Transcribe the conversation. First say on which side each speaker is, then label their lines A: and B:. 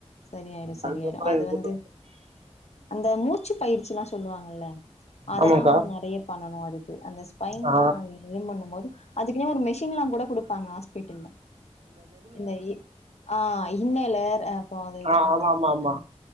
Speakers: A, on the left (about 70°); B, on the right (about 65°).
A: சரியாயிடு சரியாயிடு
B: அதுக்கப்பற
A: அது
B: இதுக்கப்பற
A: வந்து அந்த மூச்சு பயிற்சிலா சொல்லுவாங்கல்ல அதெல்லா
B: ஆமாக்கா
A: வந்து நெறைய பண்ணனு அதுக்கு அந்த ஸ்பென்ல்லா
B: ஆ,
A: இதுவும் பண்ணும் போது அதுக்குனே ஒரு மெஷின்லா கூட குடுப்பாங்க பேட்டில்லா இந்த இ ஆ இன்னலர் ஆ அப்றோ அது இது
B: ஆ
A: பண்ற
B: ஆமா
A: மாதிரி
B: ஆமா ஆமா
A: அ